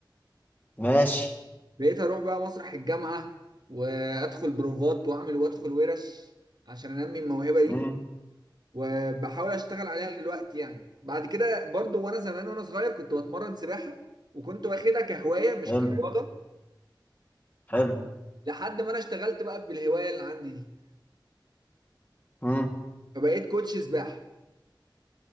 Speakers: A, on the left; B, on the right.
A: ماشي
B: بقيت اروح بقى مسرح الجامعه وادخل بروفات واعمل وادخل ورش عشان انمي الموهبه دي
A: امم
B: وبحاول اشتغل عليها دلوقتي يعني بعد كده برضو وانا زمان وانا صغير كنت بتمرن سباحة وكنت واخدها كهواية مش
A: حلو
B: كرياضة
A: حلو
B: لحد ما انا اشتغلت بقى بالهواية اللي عندي دي
A: امم
B: فبقيت كوتش سباحة